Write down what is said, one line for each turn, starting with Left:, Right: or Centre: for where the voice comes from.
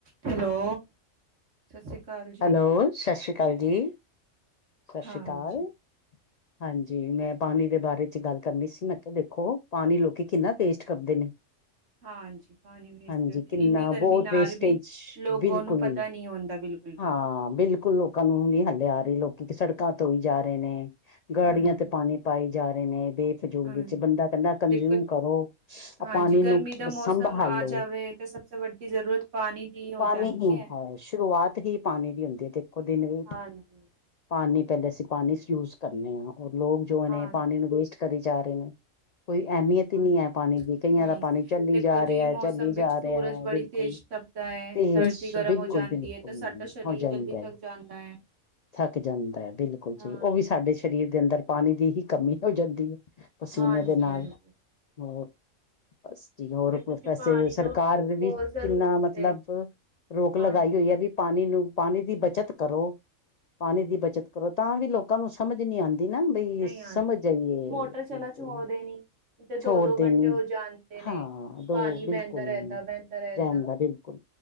Right: Hello ਸਸੀ ਕਾਲ
Left: hello ਸ਼ਸ਼੍ਰੀ ਕਾਲ ਜੀ। ਸਤਿ ਸ਼੍ਰੀ
Right: ਹਾਂ
Left: ਅਕਾਲ
Right: ਜੀ।
Left: ਹਾਂਜੀ, ਮੈਂ ਪਾਨੀ ਦੇ ਬਾਰੇ ਚ ਗੱਲ ਕਰਨੀ ਸੀ ਮੈਂ ਕੇਆ ਦੇਖੋ ਪਾਨੀ ਲੋਕੀ ਕਿੰਨਾ ਵੇਸਟ ਕਰਦੇ ਨੇ।
Right: ਹਾਂਜੀ, ਪਾਣੀ ਵੇਸਟ
Left: ਹਾਂਜੀ
Right: ਕਰਦੇ,
Left: ਕਿੰਨਾ,
Right: ਇੰਨੀ ਗਰਮੀ
Left: ਬੋਤ
Right: ਨਾਲ
Left: ਵੇਸਟੇਜ,
Right: ਵੀ ਲੋਗੋ
Left: ਬਿਲਕੁਲ।
Right: ਨੂੰ ਪਤਾ ਨਹੀਂ ਹੁੰਦਾ ਬਿਲਕੁਲ ਵੀ।
Left: ਹਾਂ, ਬਿਲਕੁਲ ਲੋਕਾਂ ਨੂੰ ਨਹੀ ਹੱਲੇ ਆ ਕਈ ਲੋਕੀ ਸੜਕਾ ਧੋਈ ਜਾ ਰਏ ਨੇ, ਗਾੜੀਆਂ
Right: ਹਾਂਜੀ,
Left: ਤੇ ਪਾਨੀ ਪਾਏ ਜਾ ਰਏ ਨੇ। ਬੇਫਜੂਲ
Right: ਹਾਂਜੀ।
Left: ਵਿੱਚ ਬੰਦਾ ਕੈਂਦਾ ਕੰਜਿਊਮ
Right: ਦੇਖੋ
Left: ਕਰੋ,
Right: ਹਾਂਜੀ,
Left: ਪਾਨੀ ਨੂੰ
Right: ਗਰਮੀ ਦਾ
Left: ਸੰਭਭਾਲੋ।
Right: ਮੌਸਮ ਆ ਜਾਵੇ ਤਾਂ ਸਭ ਸੇ ਵੱਡੀ ਜ਼ਰੂਰਤ ਪਾਣੀ ਦੀ ਹੋ
Left: ਪਾਨੀ
Right: ਜਾਂਦੀ
Left: ਹੀ ਹੈ ਸ਼ੁਰੂਆਤ ਹੀ ਪਾਨੀ ਦੀ ਹੁੰਦੀ ਏ ਦੇਖੋ ਦਿਨ ਵੀ
Right: ਹਾਂਜੀ।
Left: ਪਾਨੀ ਪੈਲੇ ਅਸੀ ਪਾਨੀ ਯੂਸਜ ਕਰਨੇ ਆ ਓਰ ਲੋਕ ਜੋ ਨੇ
Right: ਹਾਂਜੀ,
Left: ਪਾਨੀ ਨੂੰ ਵੇਸਟ ਕਰੀ ਜਾ ਰਏ ਨੇ। ਕੋਈ ਐਮੀਅਤ ਹੀ
Right: ਹਾਂਜੀ।
Left: ਨਈ ਹੈ ਪਾਨੀ ਦੀ, ਕਈਆ
Right: ਨਹੀਂ।
Left: ਦਾ ਪਾਨੀ ਚੱਲੀ
Right: ਦੇਖੋ
Left: ਜਾ
Right: ਜੀ,
Left: ਰਿਆ
Right: ਮੌਸਮ
Left: ਚੱਲੀ ਜਾ
Right: ਵਿੱਚ ਸੂਰਜ
Left: ਰਿਐ
Right: ਬੜੀ
Left: ਬਿਲਕੁਲ।
Right: ਤੇਜ਼ ਤਪਦਾ ਹੈ,
Left: ਤੇਜ
Right: ਧਰਤੀ ਗਰਮ
Left: ਬਿਲਕੁਲ
Right: ਹੋ ਜਾਂਦੀ
Left: ਬਿਲਕੁਲ,
Right: ਹੈ। ਤਾਂ ਸਾਡਾ ਸਰੀਰ
Left: ਹੋ ਜਾਂਦੈ।
Right: ਜਲਦੀ ਥੱਕ ਜਾਂਦਾ ਹੈ।
Left: ਥੱਕ ਜਾਂਦਾ ਐ ਬਿਲਕੁਲ ਜੀ,
Right: ਹਾਂਜੀ,
Left: ਓ ਵੀ ਸਾਡੇ ਸ਼ਰੀਰ ਦੇ ਅੰਦਰ ਪਾਨੀ ਦੀ ਹੀ ਕਮੀ ਹੋ ਜਾਂਦੀ ਏ। ਪਸੀਨੇ
Right: ਹਾਂਜੀ,
Left: ਦੇ ਨਾਲ,
Right: ਹਾਂਜੀ।
Left: ਹੋਰ। ਬਸ ਜੀ, ਹੋਰ
Right: ਦੇਖੋ
Left: ਪ੍ਰੋ
Right: ਜੀ
Left: ਵੈਸੇ
Right: ਪਾਣੀ ਤੋਂ
Left: ਸਰਕਾਰ ਨੇ ਵੀ
Right: ਬਹੁਤ ਜ਼ਰੂਰੀ
Left: ਕਿੰਨਾ ਮਤਲਬ
Right: ਸੇ
Left: ਰੋਕ
Right: ਹਾਂਜੀ
Left: ਲਗਾਈ ਹੋਈ ਹੈ ਵੀ ਪਾਣੀ ਨੂੰ ਪਾਣੀ ਦੀ ਬੱਚਤ ਕਰੋ। ਪਾਣੀ ਦੀ ਬੱਚਤ ਕਰੋ, ਤਾਂ ਵੀ ਲੋ ਲੋਕਾਂ ਨੂੰ ਸਮਝ ਨੀ ਆਂਦੀ ਨਾ, ਬਈ
Right: ਨਹੀਂ
Left: ਸਮਝ
Right: ਆਂਦੀ
Left: ਜਾਈਏ,
Right: ਮੋਟਰ ਚਲਾ
Left: ਬਿਲਕੁਲ।
Right: ਛੋੜ ਦੇਣੀ ਤੇ ਦੋ
Left: ਛੋੜਦੇ
Right: ਦੋ ਘੰਟੇ
Left: ਨੀ,
Right: ਹੋ ਜਾਂਦੇ ਨੇ
Left: ਹਾਂ ਦੋ
Right: ਪਾਣੀ
Left: ਬਿਲਕੁਲ,
Right: ਬਹਿੰਦਾ ਰਹਿੰਦਾ ਬਹਿੰਦਾ ਰਹਿੰਦਾ
Left: ਰਹਿਨ ਦਾ ਬਿਲਕੁਲ।